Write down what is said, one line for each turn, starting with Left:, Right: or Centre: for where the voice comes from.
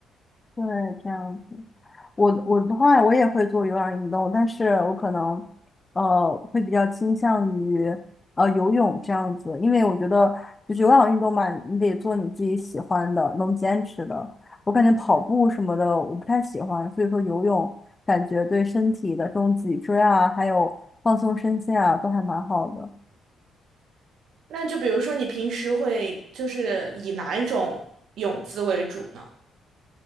Left: 对，这样子。我我的话，我也会做有氧运动，但是我可能呃会比较倾向于呃游泳这样子，因为我觉得就是有氧运动嘛，你得做你自己喜欢的，能坚持的。我感觉跑步什么的我不太喜欢，所以说游泳感觉对身体的这种脊椎啊，还有放松身心啊，都还蛮好的。
Right: 那就比如说，你平时会就是以哪一种泳姿为主呢？